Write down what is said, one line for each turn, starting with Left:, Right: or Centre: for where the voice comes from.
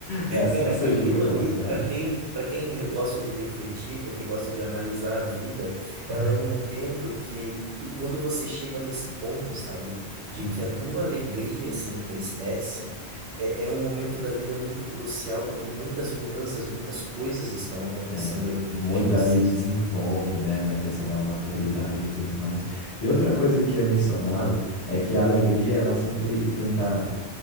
Left: É assim
Right: Cara,
Left: que surge
Right: aquilo
Left: a bipolaridade?
Right: ali, para quem, para quem re- gosta de refletir, para quem gosta de analisar a vida,
Left: Ah,
Right: ela é um momento que, quando você chega nesse ponto, sabe, de
Left: hum.
Right: que a tua alegria se entristece, é, é um momento da vida muito crucial, porque muitas mudanças, muitas coisas estão acontecendo
Left: É,
Right: ali dentro
Left: muito
Right: de você.
Left: ali desenvolve, né, na questão da maturidade e tudo mais. E outra coisa que é mencionado é que a alegria, ela sempre tenta